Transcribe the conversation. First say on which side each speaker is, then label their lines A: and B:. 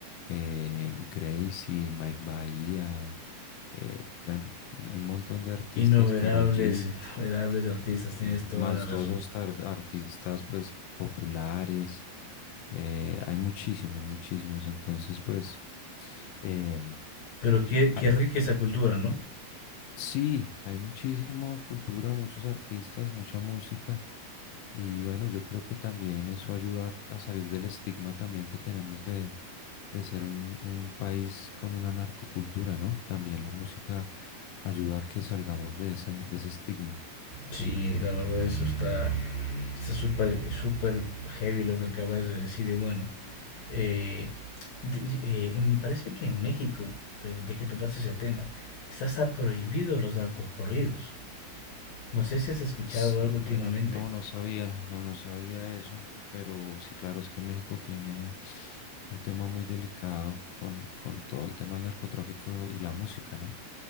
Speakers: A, on the left; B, on the left.
A: eh, Gracie, Mike Bahía, eh, bueno, un montón de artistas,
B: Innumerables,
A: Karol G,
B: innumerables artistas,
A: Sí,
B: tienes toda
A: más
B: la razón.
A: todos esos tar- artistas pues populares, eh, hay muchísimos, muchísimos. Entonces, pues eh,
B: Pero qué, qué
A: ah,
B: rica esa cultura, ¿no?
A: sí, hay muchísima cultura, muchos artistas, mucha música. Y bueno, yo creo que también eso ayuda a, a salir del estigma también que tenemos de, de ser un, un país con una narcocultura, ¿no? También la música ayuda a que salgamos de ese, de ese estigma.
B: Sí, la verdad eso está está súper súper heavy lo que acabas de decir y bueno, eh, de- eh, me parece que en México, eh, ya que topaste ese tema, está hasta prohibido los narcocorridos. No sé si has escuchado
A: Sí,
B: algo últimamente.
A: bueno, no, no sabía, no, no sabía eso, pero sí, claro, es que México tiene un tema muy delicado con, con todo el tema del narcotráfico y la música, ¿no?